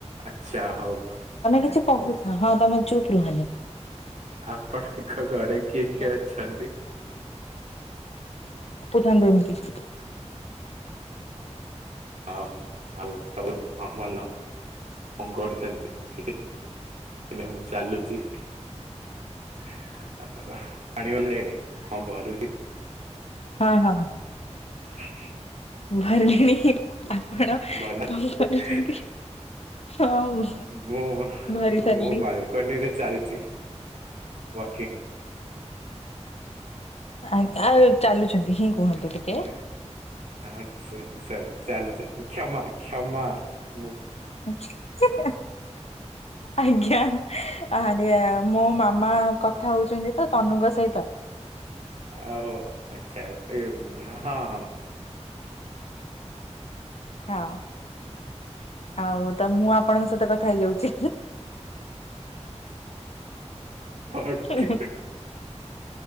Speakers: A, on the right; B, on the left.
A: ଆଚ୍ଛା ହଉ
B: କିଛି କହୁଥାଅ। ହଁ, ତମେ ଚୁପ୍ ରୁହନି
A: ଆପଣଙ୍କ ଘରେ କିଏ
B: ।
A: କିଏ ଅଛନ୍ତି?
B: ଥାନ୍ଦିନି କେ।
A: ଅଁମ୍ ଆଉ ସବୁ ହଁ ଭଲ। କଣ କରୁଚ଼ନ୍ତି? କି <inaudible> ନା ମୁଁ ଚାଲୁଛି । <unintelligible> ଘରୁଟି
B: ହଁ ହଁ।
A: <inaudible>
B: ଭରିଣୀ ଆପଣ
A: ଭଲ
B: କଣ କରୁଛନ୍ତି?
A: <unintelligible>
B: ହଁ
A: ମୁଁ,
B: ଭରି ସାରିଲି।
A: ମୁଁ ବାଲକନିରେ ଚାଲିଚ଼ି ୱାକିଂ ।
B: ଆଜ୍ଞ ଆଉ ଚାଲୁଛନ୍ତି। ହିଁ କୁହନ୍ତୁ
A: ଏସ୍
B: ଟିକେ।
A: <unintelligible> ଆ ସରି ସରି ଚାଲୁ ଚାଲୁ କ୍ଷମା କ୍ଷମା ।
B: ଆଚ୍ଛା <unintelligible> ଆଜ୍ଞା ଆରିଆ ମୋ ମାମା କଥା ହଉଛନ୍ତି ତ! ତନୁ ଙ୍କ ସଇତ?
A: ଓ ଆଚ୍ଛା ଏ ହଁ ହଁ ।
B: ହଁ ଆଉ ତ ମୁଁ ଆପଣଙ୍କ ସହିତ କଥା ହେଇଯାଉଚ଼ି।
A: ଅଛି
B: ହିଁ ହିଁ